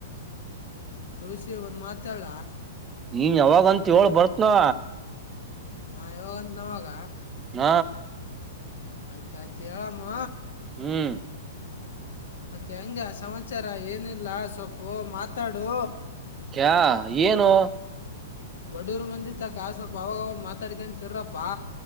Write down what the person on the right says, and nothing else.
ನೀನ್ ಯಾವಾಗಂತ ಹೇಳಳ್ ಬರ್ತ್ನಾ
ಹ್ಮ
ಹ್ಮ್
ಕ್ಯಾ ಏನು